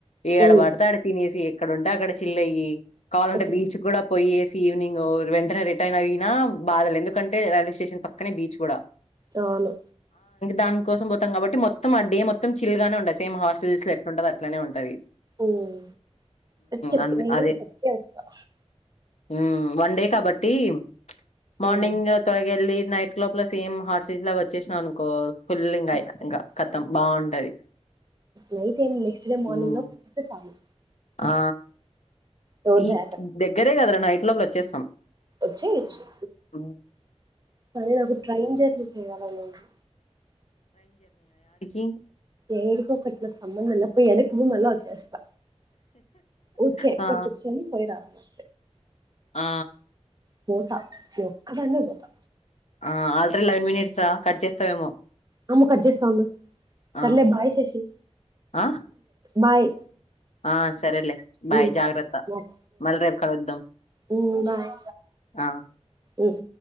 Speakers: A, on the left; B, on the right.
A: ఏడ
B: ఉమ్
A: పడితే ఆడ తినేసి ఇక్కడ ఉంట అక్కడ చిల్లయ్య కావాలంటే
B: వచ్చే
A: బీచ్ కూడా పోయే ఈవినింగ్ వెంటనే రిటైర్న్ అయినా బాధలు ఎందుకంటే రైల్వే స్టేషన్ పక్కనే బీచ్ కూడా
B: అవును
A: దానికోసం పోతం కాబట్టి మొత్తం ఆ డే మొత్తం చిల్ గానే ఉంటంది సేమ్ హాస్టల్స్ లో ఎట్లు ఉంటో అట్లానే ఉంటుంది
B: ఉమ్ చెప్పి
A: అందు
B: నేను
A: అదే.
B: కూడా చెప్పి వస్తాను కష్
A: హ్మ్ వన్ డే కబడ్టి ప్చ్ మార్నింగ్
B: ఉమ్
A: త్వరగలి నైట్ క్లబ్ లస్ ఏం హాట్ సీజ్ లాగా వచ్చేసావు అనుకో కూలింగ్
B: సరే
A: కాయ
B: సరే.
A: ఇంకా తమం బాగుంటది
B: నైట్ ఏం నెక్స్ట్ డే మార్నింగ్
A: హ్మ్.
B: లో కుతే చాలు
A: ఆ
B: రోడ్
A: ఈ
B: దాకా
A: దగ్గరే కదార నైట్ ఎట్ లోబు వచ్చేస్తాం
B: వచ్చేయచ్చు
A: హ్మ్.
B: కానీ నాకు ట్రైన్ జర్నీ చేయాలనుంది
A: ఉమ్
B: ఏడికోకట్ల సంబంధాల పోయి అ భూ మళ్ళ వచ్చేస్తా ఊకే
A: ఆ
B: కూర్చొని పోయి రావాలి
A: ఆ
B: పోతా ఒక్కదన్నే పోతా
A: ఆ ఆల్రెడీ లెవెన్ మినిట్స్ రా కట్ చేస్తావేమో
B: అమ్మో కట్ చేస్తా ఉండు సర్లే
A: ఆ
B: బాయ్ శేషి
A: ఆ
B: బాయ్
A: ఆ సరేలే బాయ్
B: ఉమ్
A: జాగ్రత్త
B: బాయ్
A: మల రేపు కాలద్ద్దం
B: ఉమ్ బాయ్
A: ఆ
B: ఉమ్